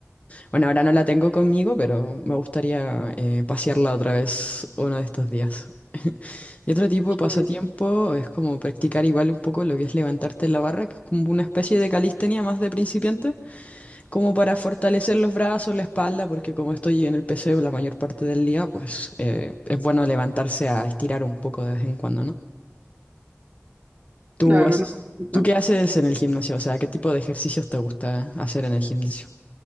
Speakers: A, on the left; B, on the right.
A: Bueno, ahora no la tengo conmigo, pero me gustaría eh, pasearla otra vez uno de estos días. Y otro tipo de pasatiempo
B: Sobre-
A: es como practicar igual un poco lo que es levantarte en la barra, que es como una especie de calistenia más de principiante, como para fortalecer los brazos, la espalda, porque como estoy en el PC la mayor parte del día, pues eh, es bueno levantarse a estirar un poco de vez en cuando, ¿no? ¿Tú
B: Claro,
A: haces,
B: no. claro.
A: tú qué haces en el gimnasio? O sea, ¿qué tipo de ejercicios te gusta hacer en el gimnasio?